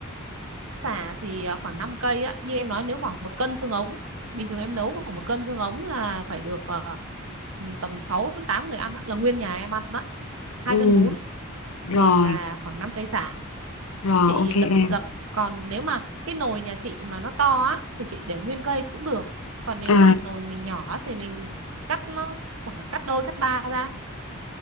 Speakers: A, on the right; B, on the left.
A: sả thì à, khoảng 5 cây á như em nói nếu khoảng một cân xương ống bình thường em nấu khoảng một cân xương ống là phải được à, ừ, tầm 6 đến 8 người ăn đó, là nguyên nhà em ăn đó hai
B: Ừ,
A: cân bún
B: rồi,
A: thì là khoảng năm cây sả
B: rồi
A: chị
B: ok em.
A: đập dập còn nếu mà cái nồi nhà chị mà nó to á thì chị để nguyên cây cũng được còn nếu
B: À,
A: mà nồi mình nhỏ á, thì mình cắt nó khoảng cắt đôi cắt ba ra